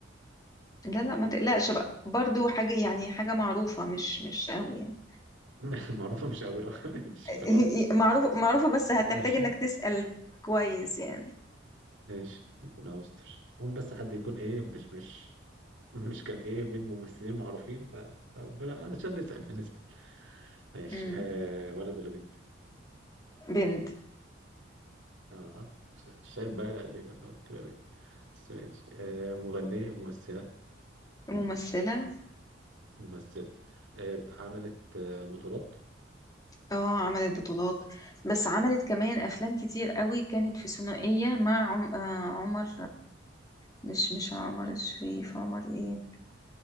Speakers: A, on the left (about 20°); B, on the right (about 80°).
A: لا
B: والله
A: لا ما تقلقش بقى برضو حاجه يعني
B: خلاص
A: حاجه معروفه مش مش قوي يعني
B: <laughs> المعروفة مش قوي <laughs> ماشي
A: <laughs>
B: خلاص
A: معروفة معروفة بس هتحتاج
B: مش
A: انك تسأل كويس يعني
B: ماشي ربنا يستر هم بس حد يكون ايه مش مش مش كان ايه بين ممثلين معروفين ف- فربنا عشان نسأل هنسأل ماشي
A: امم
B: آه ولد ولا بنت؟
A: بنت
B: اه الشارب بقى لا ليه لما بتبقى بنت بس ماشي آه مغنية ممثلة
A: ممثلة
B: ممثلة آه عملت آه بطولات
A: اه عملت بطولات بس عملت كمان أفلام كتير قوي كانت في ثنائية مع عم... آه عمر مش مش عمر الشريف عمر ايه